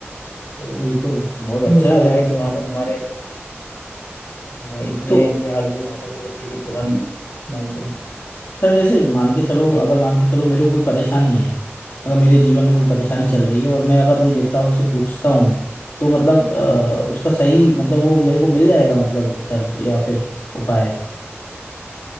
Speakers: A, on the left; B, on the left.
A: तो
B: अरे ये
A: ये
B: तो बहुत अच्छा
A: मुझे लगा
B: है
A: है
B: मतलब
A: कि वहां पर हमारे हाँ इसमें
B: तो
A: कि आज भी वहां पर वो चीजें पुरानी मानते हैं
B: सर जैसे मान के चलो
A: जी
B: अगर मान के चलो मेरे को कोई परेशानी है मतलब मेरे जीवन में कोई परेशानी
A: हम्म।
B: चल रही है और मैं अगर उन देवताओं से पूछता हूँ तो मतलब अ, उसका सही मतलब वो मेरे को मिल जाएगा मतलब उत्तर या फिर उपाय